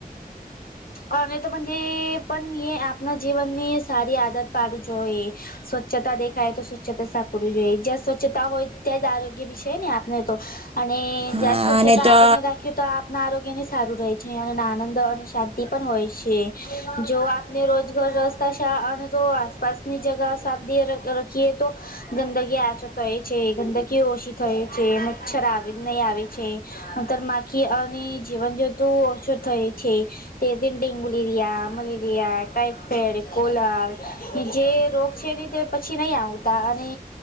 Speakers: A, on the left (about 70°); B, on the right (about 40°).
A: અને તો પણ એ પણ આપ આપના જીવન ની સારી આદત પાડું જોઈએ. સ્વચ્છતા દેખાય તો <unintelligible> સાપ કરવું જોઈએ જ્યાં સ્વચ્છતા હોય ત્યાં જ આરોગ્ય છે ને આપને તો
B: હા
A: જ્યાં વછ
B: અને તો
A: તો આપના આરોગ્ય ને સારું રહેે છે અને આનંદ અને શાંતિ પણ હોય છે. જો આપ અને રોજગર રસ્તા શા અને તો આસપાસની જગા સાદીએ રખીએ તો ગંદકી આચો થાય છે ગંદકીઓ ઓછી થય છે મચ્છર આવે જ નહીં આવે છે. અંતર માખી અને જીવન જતું ઓછું થય છે. તેથી ડેન્ગુ લરિયા, મલેરિયા, ટાઈફાઈડ, કોલાર જે રોગ છે ને તે પછી નહી આવતા અને